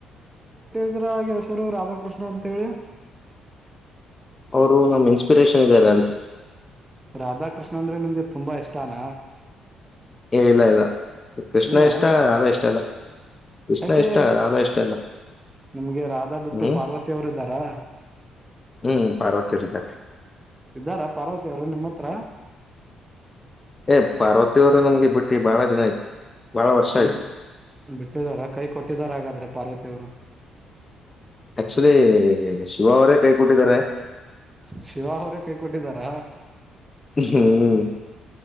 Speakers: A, on the right; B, on the left.
A: ಅ್ರ ಹೆಸರು ರಾಧಾಕೃಷ್ಣ ಅಂತ ಹೇಳಿ.
B: ಅವರು ನಮ್ಮ್ೆನ್ಸ್. ಪಿರೇಷನ್ ಇದಾರೆ.
A: ರಾಧಾಕೃಷ್ಣ ಅಂದ್ರೆ ನಿಮ್ಗೆ ತುಂಬಾ ಇಷ್ಟಾನ.
B: ಏ ಇಲ್ಲ ಇಲ್ಲ ಕೃಷ್ಣ
A: ಇಲ್ಲ
B: ಇಷ್ಟ ಯಾರ ಇಷ್ಟ ಇಲ್ಲ. ಕೃಷ್ಣ
A: ಯಾಕೆ
B: ಇಷ್ಟ ರಾಧಾ ಇಷ್ಟ ಇಲ್ಲ
A: ನಿಮ್ಗೆ ರಾಧಾ ಬಿಟ್ಟು
B: ಹ್ಮ್
A: ಪಾರ್ವತವರು ಇದ್ದಾರಾ
B: ಹ್ಮ್ ಪಾರ್ವತಿ ಅವ್ರ ಇದ್ದಾರೆ
A: ಇದ್ದಾರಾ ಪಾರ್ವತ ಅವರು ನಿಮ್ಮ ಹತ್ರ.
B: ಏ ಪಾರ್ವತಿಯವರು ನಮ್ಗೆ ಬಿಟ್ಟ್ರಿ ಬಾಳ ದಿನ ಆಯ್ತು. ಬಹಳ ವರ್ಷ
A: ಬಿಟ್ಟ
B: ಆಯ್ತು
A: ಬಿಟ್ಟಿದಾರ ಕೈ ಕೊಟ್ಟಿದಾರ ಹಾಗಾದ್ರೆ ಪಾರ್ವತಿ. ತ್ತರು.
B: ಆಕ್ಚುಲಿ ಶಿವ ಅವರೇ ಕೈ ಕೊಟ್ಟಿದ್ದಾರೆ.
A: ಶಿವ ಅವರೇ ಕೈ ಕೊಟ್ಟಿದಾರ.
B: ಹ್ಮ್